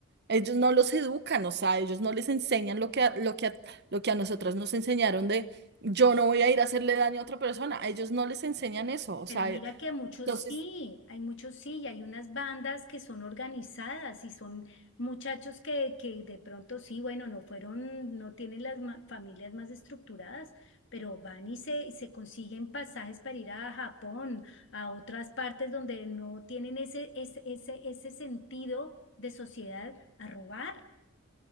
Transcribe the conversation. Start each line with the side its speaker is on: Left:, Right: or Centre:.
Right: Ellos no los educan, o sea, ellos no les enseñan lo que a, lo que a, lo que a nosotras nos enseñaron de yo no voy a ir a hacerle daño a otra persona, a ellos no les enseñan eso, o
Left: Pero
Right: sea,
Left: mira
Right: eh,
Left: que muchos
Right: entonces,
Left: sí, hay muchos sí, y hay unas bandas que son organizadas y son muchachos que, que de pronto sí, bueno, no fueron, no tienen las ma- familias más estructuradas, pero van y se, y se consiguen pasajes para ir a Japón, a otras partes donde no tienen ese, ese, ese, ese sentido de sociedad a robar.